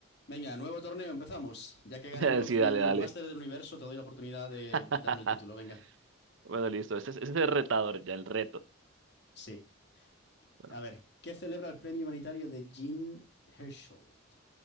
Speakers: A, on the left (about 50°); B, on the right (about 60°).
A: Venga, nuevo torneo, empezamos. Ya que gané
B: <laughs>
A: yo,
B: Sí,
A: fui
B: dale,
A: el
B: dale.
A: máster del universo, te doy la oportunidad de
B: <laughs>
A: quitarme el título, venga.
B: Bueno, listo. Ese es, ese es el retador, ya el reto.
A: Sí.
B: Bueno.
A: A ver, ¿qué celebra el premio humanitario de Jean Herschel?